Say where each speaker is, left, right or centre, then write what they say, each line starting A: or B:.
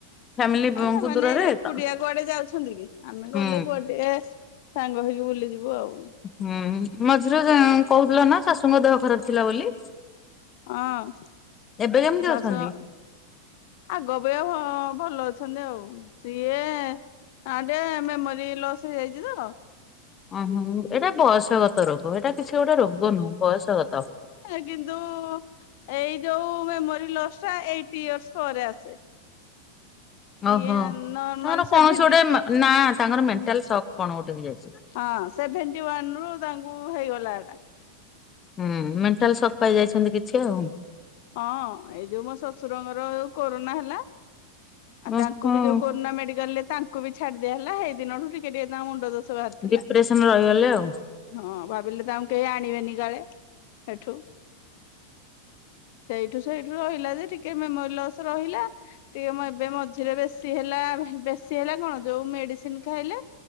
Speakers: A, on the left; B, on the left.
A: ଫ୍ୟାମିଲିଙ୍କୁ
B: ଆଉ ସେମାନେେ
A: ଦୂରରେ
B: ଏକୁଟିଆ
A: ତ
B: କୁଆଡେ ଯାଉଛନ୍ତି କି ଆମେ ଗଲେ
A: ହୁଁ
B: କୁଆଡିଆ ସାଙ୍ଗ ହେଇକି ବୁଲିଯିବୁ ଆଉ।
A: ହୁଁ ମଝିରେ କହୁଥିଲ ନା ଶାଶୁଙ୍କ ଦେହ ଖରାପ ଥିଲା ବୋଲି?
B: ହଁ <inaudible>
A: ଏବେ କେମିତି ଅଛନ୍ତି?
B: ଆଗ ଆପେଜ୍ଞା ଭଲ ଅଛନ୍ତି ଆଉ। ସିଏ ଆ ଟ ମେମୋରି ଲସ୍ ହେଇଯାଇଛି ତ
A: ଓ ହୋ ଏଇଟା ବୟସଗତ ରୋଗ ଏଇଟା କିଛି ଗୋଟେ ରୋଗ ନୁହଁ ବୟସଗତ।
B: କିନ୍ତୁ ଏଇ ଯୋଉ ମେମୋରି ଲସ୍ ଟା ଏଇଟି ଇୟର୍ସ ପରେ ଆସେ।
A: ଓହୋ
B: ଇଏ ନର୍ମାଲ
A: ତାଙ୍କର
B: ସେଭେଣ୍ଟି
A: କୌଣସି ଗୋଟେ ନା ତାଙ୍କର ମେଣ୍ଟାଲ ସକ୍ କଣ ଗୋଟେ। <inaudible>
B: ହଁ ସେଭେଣ୍ଟି ୱାନ ରୁ ତାଙ୍କୁ ହେଇଗଲା ଏଟା।
A: ହୁଁ ମେଣ୍ଟାଲ ସକ୍ ପାଇ ଯାଇଛନ୍ତି କିଛି ଆଉ।
B: ହଁ ଏଇ ଯୋଉ ମୋ ଶ୍ୱଶୁରଙ୍କର ଯୋଉ କୋରୋନା ହେଲା। ଆଉ
A: ଉଁ
B: ତାଙ୍କୁ
A: ହୁଁ
B: ବି ଯୋଉ କରୋନା ମେଡିକାଲ ରେ ତାଙ୍କୁ ବି ଛାଡିଦିଆ ହେଲା ସେଇ ଦିନଠୁ ଟିକେ ଟିକେ ତା ମୁଣ୍ଡ ଦୋଷ ଥିଲା
A: ଡିପ୍ରେସନ ରହିଗଲେ ଆଉ।
B: ହଁ ବିଲେ ତାଙ୍କୁ କେହି ଆଣିବେନି କାଳେ, ହେଠୁ? ସେଇଠୁ ସେଇଠୁ ରହିଲା ଯେ ଟିକେ ମେମୋରି ଲସ୍ ରହିଲା। ଟିକେ ଏବେ ମଝିରେ ବେଶୀ ହେଲା। ବେଶୀ ହେଲା କଣ ଯୋଉ ମେଡିସିନ ଖାଇଲେ